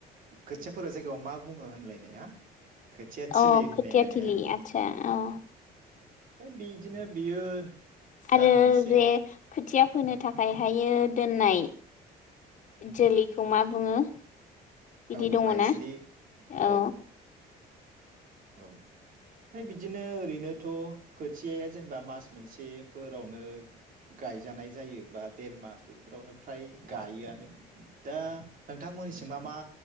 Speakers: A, on the right; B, on the left.
A: खोथियाफोरा जायगायाव मा बुङो? होनलायनाया, खोथिया थिलि
B: अ
A: होनलायलायनाया
B: खोथिया थिलि आदसा अ,
A: है बिदिनो बियो।
B: आरो
A: दान मोनसे
B: रे खोथिया। फोनो थाखाय हायो दोननाय जोलैखौ मा बुङो? बिदि
A: औ
B: दङ
A: माइज्लि
B: ना
A: हौ,
B: औ
A: औ ओमफ्राय बिदिनो ओरैनोथ' खोथियाया जेनेबा मास मोनसेफोरावनो गायजानाय जायो बा। देर मास बेफोरावनो फ्राय। गायोआनो। दा नोंथांमोननिसि मा मा